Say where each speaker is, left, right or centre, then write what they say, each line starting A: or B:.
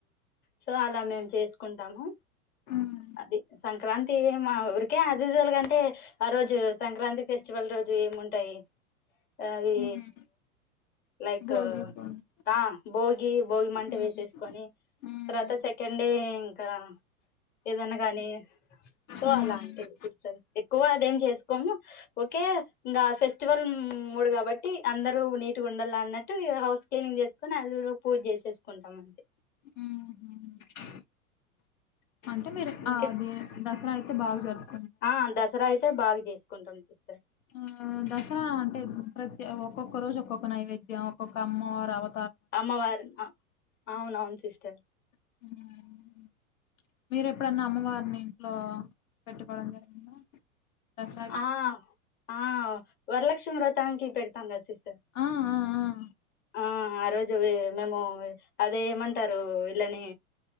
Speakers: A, on the left; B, on the left.
A: సో అలా మేము చేస్ కుంటాము.
B: ఉమ్,
A: అది సంక్రాంత్ తి మా ఊరికే ఆస్యువల్ కంటే ఆ రోజు సంక్రాంతి ఫెస్టివల్ రోజు ఏమున్ ఉంటాయి. అవి
B: ఉమ్,
A: లైక్
B: భోగి పండుగ.
A: ఆ భోగి భోగి
B: ఉమ్,
A: మంట వేసేస్కొని
B: ఉమ్,
A: తర్వాత సెకండే ఇంకా ఏదన్న కానీ సో
B: ఉమ్,
A: అలా అంటే సిస్టర్ ఎక్కువ అదేం చేసుకోము ఓకే ఇంకాస్ ఫెస్టివల్ మూడు కాబట్టి అందరుూ నీటిగా ఉండాల అన్నట్టు హౌస్ క్మింగ్ చేసుకుొని అ పూజ చేసేసుకుంటాం అంటే
B: ఆ అంటే మ
A: ఇంకే
B: ఆద దస్ అలా అయి బాగా జరుతుంది
A: ఆ దసరా అయితే బాగా చేస్ కుంటాం తెటే
B: ఆ దసరా అంటే ప్రతి ఒక్కొక్క రోజు ఒక్కొక్క నైవేద్యం ఒక్కొక్క అమ్మర్ అవ
A: అమ్మవారు అవును అవును సిస్టర్
B: <inaudible> మీరు ఎప్పుడన్నా అమ్మవారిని ఇంట్లో పెట్టుకోవడం జరిగిందా? దసరాకి
A: ఆ ఆ వరలక్ష్మి వ్రతానికి పెడతాం గా సిస్
B: ఆ ఆ ఆ
A: ఆ ఆ రోజు మేము అదే ఏమంటారు వీళ్ళని